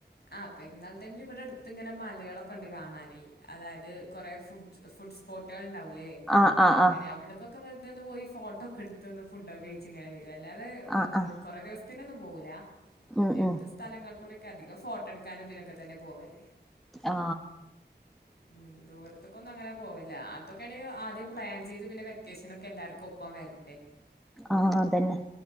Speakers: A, on the left; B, in the centre.
A: ആ പെരുന്നാൾടൈമില് ഇവടെട് ത്ത്ങ്ങനെ മലാളൊക്കെണ്ട് കാണാനേ അതായത് കൊറേ ഫുഡ് സ് ഫുഡ് സ്പോട്ടാള് ണ്ടാവൂലേ
B: ആഹ് ആഹ്
A: അങ്ങനെ
B: ആഹ്
A: അവിട്ക്കൊക്കെ വെറ്തൊന്ന് പോയി ഫോട്ടോക്കെ ഇട്ത്ത്ന്ന് ഫുഡോക്കെ കഴിച്ച്ങ്ങനെ വെ രും അല്ലാതെ ഹ്
B: ആഹ് ആഹ്
A: കൊറെ ദിവസത്തിനൊന്നും പോവൂലാ
B: ഉം
A: എര്തസ്
B: ഉം
A: സ്ഥലങ്ങൾക്കൂടൊക്കെ അധികം ഫോട്ടോ ട്ക്കാനും ഇതിനൊക്കെ തന്നെ പോവല്
B: ആ
A: ഉം ദൂരത്ത്ക്കൊന്നങ്ങനെ പോവല്ല അതൊക്കെണെങ്കി ആദ്യം പ്ലാൻ ചെയ്ത് പിന്നെ വെക്കേഷനൊക്കെ എല്ലാർക്കൊപ്പം വെരണ്ടേ
B: ആ അതെന്നെ